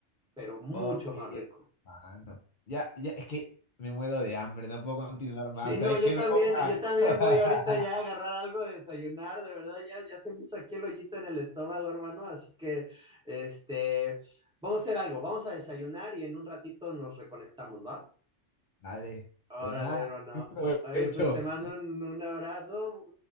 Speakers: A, in the centre; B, on the left.
A: pero mucho
B: Oye,
A: más rico.
B: hermano. Ya, ya, es que me muero de hambre, no puedo continuar más.
A: Sí, no,
B: ¿Sabes
A: yo
B: qué?
A: también,
B: Me voy
A: yo
B: a...
A: también
B: <laughs>
A: voy ahorita ya a agarrar algo de desayunar, de verdad, ya, ya se me hizo aquí el hoyito en el estómago, hermano, así que, este, vamos a hacer algo, vamos a desayunar y en un ratito nos reconectamos, ¿va?
B: Dale,
A: Órale,
B: pues nada,
A: hermano.
B: buen provecho.
A: Oye, pues te mando un, un abrazo